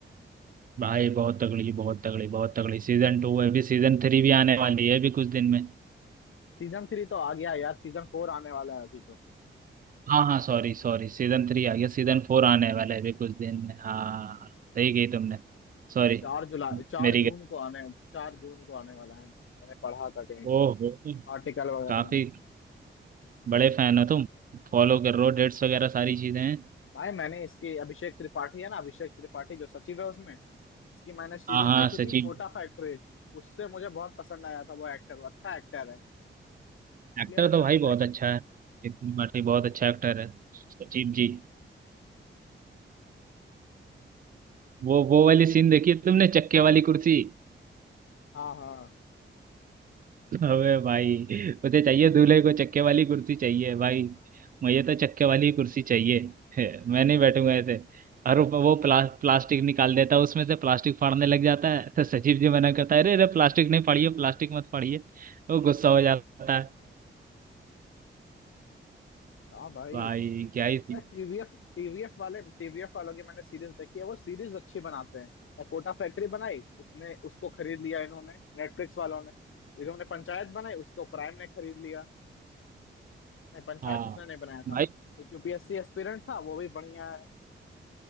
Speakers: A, on the right (about 45°); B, on the left (about 85°).
A: भाई बहुत तगड़ी बहुत तगड़ी बहुत तगड़ी सीजन टू है अभी सीजन थ्री भी आने वाली है अभी कुछ दिन में
B: सीजन थ्री तो आ गया है यार सीजन फोर आने वाला है अभी तो
A: हाँ हाँ सॉरी सॉरी सीजन थ्री आ गया सीजन फोर आने वाला है अभी कुछ दिन में हाँ सही कही तुमने सॉरी
B: चार जुलाई चार
A: मेरी
B: जून
A: गलती।
B: को आने चार जून को आने वाला है हाँ मैंने पढ़ा था कहीं
A: ओहो
B: आर्टिकल वगैरह
A: काफी
B: में
A: बड़े फैन हो तुम फॉलो कर रहे हो डेट्स वगैरह सारी चीजें हैं
B: भाई मैंने इसकी अभिषेक त्रिपाठी है ना अभिषेक त्रिपाठी जो सचिव है उसमें इसकी मैंने सीरीज
A: हाँ हाँ
B: देखी
A: सचिन
B: थी कोटा फैक्ट्री उससे मुझे बहुत पसंद आया था वो एक्टर वो अच्छा एक्टर है इसलिए
A: एक्टर
B: मैंने
A: तो
B: उससे-
A: भाई बहुत अच्छा है नितिन पाठी
B: हाँ
A: बहुत अच्छा एक्टर है सचिन जी वो वो वाली सीन देखी है तुमने चक्के वाली कुर्सी
B: हाँ हाँ
A: अबे भाई मुझे चाहिए दूल्हे को चक्के वाली कुर्सी चाहिए भाई मुझे तो चक्के वाली कुर्सी चाहिए <laughs> मैं नहीं बैठूंगा ऐसे और वो वो प्ला, प्लास्टिक निकाल देता है उसमें से प्लास्टिक फाड़ने लग जाता है तो सचिव जी मना करता है अरे अरे प्लास्टिक नहीं फाड़िए प्लास्टिक मत फाड़िए वो गुस्सा हो जाता है
B: हाँ भाई
A: भाई क्या ही थी
B: यार टीवीएफ टीवीएफ वाले टीवीएफ वालों की मैंने सीरीज देखी है वो सीरीज अच्छी बनाते हैं यार, कोटा फैक्ट्री बनाई उसने उसको खरीद लिया इन्होंने नेटफ्लिक्स वालों ने इन्होंने पंचायत बनाई उसको प्राइम ने खरीद लिया नहीं पंचायत
A: हाँ
B: उसने नहीं बनाया था
A: भाई
B: एक यूपीएससी एस्पिरेंट था वो भी बढ़िया है